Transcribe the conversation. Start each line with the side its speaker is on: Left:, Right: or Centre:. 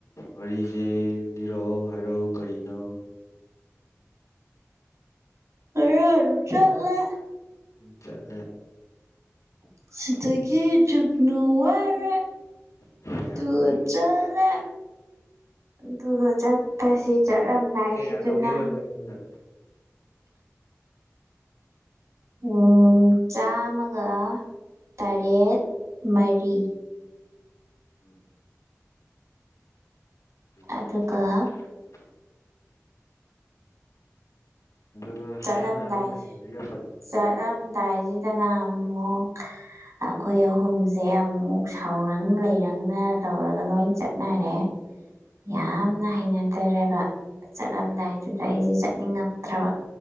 Left: ꯋꯥꯔꯤꯁꯦ ꯂꯤꯔꯛꯑꯣ ꯍꯥꯏꯔꯣ ꯀꯔꯤꯅꯣ
Right: ꯉꯔꯥꯡꯖꯨ ꯆꯠꯂꯦ
Left: ꯆꯠꯂꯦ
Right: <unintelligible> ꯀꯤ ꯖꯨꯒꯅꯨ ꯋꯥꯏꯔꯦ
Left: ꯀꯌꯥ
Right: ꯑꯗꯨꯒ
Left: ꯂꯧꯒꯦꯕ
Right: ꯆꯠꯂꯦ ꯑꯗꯨꯒ ꯆꯠꯄꯁꯤ ꯆꯠꯂꯝꯗꯥꯏꯁꯤꯗꯅ
Left: ꯀꯌꯥ ꯂꯧꯒꯦꯕ ꯅꯣꯏ ꯑꯍꯨꯝꯗ
Right: <unintelligible> ꯆꯥꯝꯃꯒ ꯇꯔꯦꯠ ꯃꯔꯤ
Left: <inaudible> <unintelligible>
Right: ꯑꯗꯨꯒ
Left: ꯑꯥ ꯁꯠ
Right: ꯆꯠꯂꯝꯗꯥꯏ
Left: ꯁꯠ ꯍꯥꯏꯔꯛꯑꯣꯅꯦ <unintelligible>
Right: ꯆꯠꯂꯝꯗꯥꯏꯁꯤꯗꯅ ꯑꯃꯨꯛ ꯑꯈꯣꯏ ꯑꯍꯨꯝꯖꯦ ꯑꯃꯨꯛ ꯁꯥꯎꯔꯪ ꯂꯩꯔꯪꯅ ꯇꯧꯔꯒ ꯂꯣꯏ ꯆꯠꯅꯔꯦ ꯌꯥꯝꯅ ꯍꯩꯅꯗꯔꯦꯕ ꯆꯠꯂꯝꯗꯥꯏꯗꯨꯗ ꯑꯩꯁꯦ ꯆꯠꯅꯤꯡꯉꯛꯇ꯭ꯔꯕ